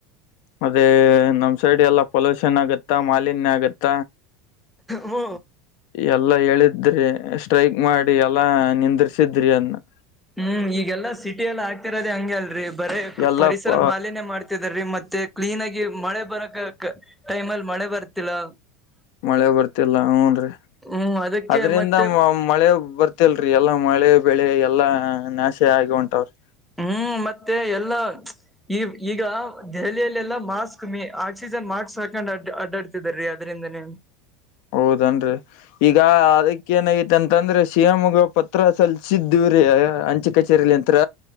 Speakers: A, on the left; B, in the centre.
A: ಅದೇ ನಮ್ ಸೈಡ್ ಎಲ್ಲಾ ಪೊಲ್ಯೂಶನ್ ಆಗತ್ತಾ ಮಾಲಿನ್ಯ ಆಗತ್ತ
B: ಹೂ
A: ಎಲ್ಲಾ ಹೇಳಿದ ಇದ್ರಿ ಸ್ಟ್ರೈಕ್ ಮಾಡಿ ಎಲ್ಲಾ ನಿಂದರ್ಸಿದ್ರಿ ಅದನ್ನ
B: ಹ್ಮ್ ಈಗೆಲ್ಲಾ ಸಿಟಿ ಎಲ್ಲ ಆಗ್ತಿರೋದೇ ಹಂಗೆ ಅಲ್ರರಿ ಬರ
A: ಎಲ್ಲಪ್ಪ
B: ಪರಿಸರ ಮಾಲಿನ್ಯ ಮಾಡ್ತಿದಾರೀ ಮತ್ತೆ ಕ್ಲೀನ್ ಆಗಿ ಮಳೆ ಬರಕ ಟೈಮ್ ಅಲ್ಲಿ ಮಳೆ ಬರ್ <unintelligible>
A: ಮಳೆ ಬರ್ತಿಲ್ಲಾ ಹುನ್ರಿ
B: ಹ್ಮ್ ಅದಕ್ಕೆ
A: ಅದ್ರಿಂದ
B: ಮತ್ತೆ
A: ಮಳೆ ಬರ್ತ ಇತ್ತಲ್ರಿ ಎಲ್ಲಾ ಮಳೆ ಬೆಳೆ ಎಲ್ಲಾ ನಾಶ ಆಗಿ ಉಂಟವ್ರಿ
B: ಹ್ಮ್ ಮತ್ತೆ ಎಲ್ಲಾ ಈ ಈಗ ದೆಹಲಿಯಲ್ಲ ಎಲ್ಲಾ ಮಾಸ್ಕ್ ಮ ಆಕ್ಸಿಜನ್ ಮಾಸ್ಕ್ ಹಾಕೊಂಡ್ ಅಡ್ ಅಡ್ಡಾಡ್ತಿದಾರೀ ಅದರಿದನೇ
A: ಹೌದನ್ರಿ ಈಗ ಅದಕ್ಕ ಏನಾಗೈತಿ ಅಂತಂದ್ರೆ ಶಿವಮಗಪ್ಪತ್ ಹತ್ರ ಸಲ್ಿಸಿದ್ದೇವ್ರೀ ಅಂಚೆ ಕಚೇರಿಲಿ ಯಂತ್ರ